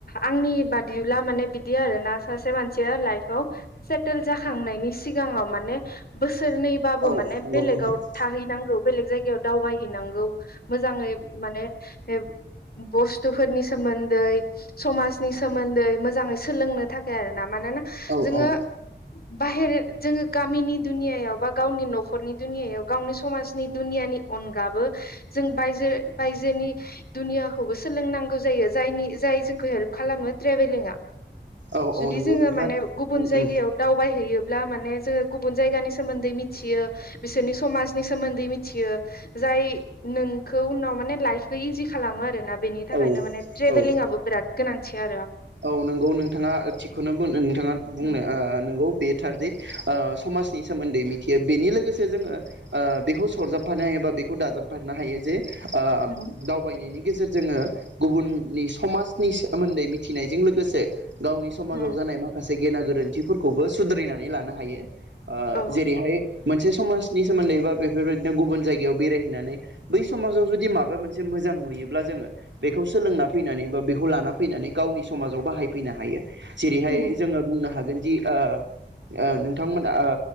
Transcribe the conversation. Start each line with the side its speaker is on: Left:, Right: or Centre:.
Left: आंनि बादिब्ला माने बिदि आरोना सासे मानसिया लाइफआव सेटेल जाखांनायनि सिगाङाव माने बोसोर। सोरनैबाबो
Right: औ
Left: माने
Right: नंगौ
Left: बेलेगाव
Right: नोंथां
Left: थाहैनांगौ बेलेग जाय। याव दावबायहैनांगौ। मोजाङै माने <inaudible> बुस्थुफोरनि सोमोन‌। न्दै समाजनि सोमोन्दै मोजाङै सोलोंनो थाखाय आरो ना। मानोना
Right: औ
Left: जोङो।
Right: औ
Left: बाहेर जोङो गामिनि दुनियायाव बा गावनि नखरनि दुनियायाव गावनि समाजनि दुनियानि अनगाबो जों बायजो बायजोनि दुनियाखौबो सोलोंनांगौ जायो। जायनि जाय जोंखौ हेल्प खालामो ट्रेभेलिंआ।
Right: औ
Left: जुदि
Right: औ नंगौ
Left: जोङो
Right: नोंथाङा
Left: माने गुबुन
Right: उम
Left: जायगायाव
Right: उम
Left: दावबायहैयो। ब्ला माने जोङो गुबुन जायगानि सोमोन्दै मिथियो बिसोरनि समाजनि सोमोन्दै मिथियो जाय नोंखौ उनाव माने लाइफखौ इजि खालामो आरो ना। बेनि थाखायनो
Right: औ
Left: माने। टेभेलिंआबो
Right: औ
Left: बिराद। गोनांथि आरो।
Right: औ नोंगौ नोंथाङा थिगखौनो बुंनो-नोंथाङा बुंनो
Left: उम
Right: ओ नोंगौ। बे थारदि ओ समाजनि सोमोन्दै मिथियो बेनि लोगोसे जोङो ओ बेखौ सरजाबफानो हायो बा बेखौ दाजाबफानो हायो जे। ओ
Left: उम
Right: दावबायनायनि। गेजेरजों जोङो गुबुननि समाजनि सोमोन्दै। थिनायजों लोगोसे। गावनि समाजाव
Left: उम
Right: जानाय माखासे। गेना गोरोन्थिफोरखौबो सुद्रायनानै लानो हायो। ओ
Left: औ
Right: जेरैहाय मोनसे । समाजनि सोमोन्दै बा बेफोरबायदिनो गुबुन जायगायाव बेरायहैनानै बै समाजाव जुदि माबा मोनसे मोजां नुयोब्ला जोङो बेखौ सोलोंना फैनानै बा बेखौ लाना फैनानै। गावनि समाजाव बाहायफैनो हायो। जेरैहाय
Left: उम
Right: जोङो बुंनो हागोन । दि-ओ ओ-नोंथांमोना-ओ